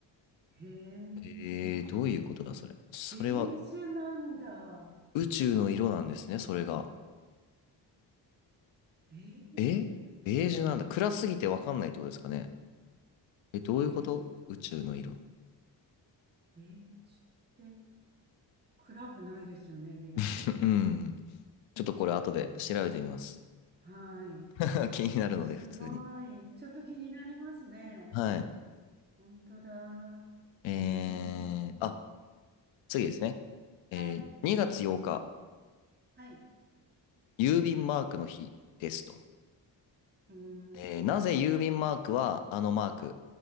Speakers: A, on the right; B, on the left.
A: へえ。
B: えー、どういうことだそれ。それは
A: ベージュなんだ。
B: 宇宙の色なんですね、それが。
A: ベージュ。
B: えベージュなんだ。暗すぎてわかんないってことですかね。え、どういうこと宇宙の色。
A: えーベージュって。暗くないですよね、ベージュって。
B: <laughs> うん。ちょっとこれ後で調べてみます。
A: うん、はい。
B: <laughs> 気になるので、
A: すごい。
B: 普通に。
A: ちょっと気になりますね。
B: はい。
A: 本当だ。
B: えー、
A: うーん。
B: あ、次ですね。
A: はい。
B: えー、2月8日、
A: はい。
B: 郵便マークの日ですと。
A: うーん。
B: えー、なぜ郵便マークはあのマーク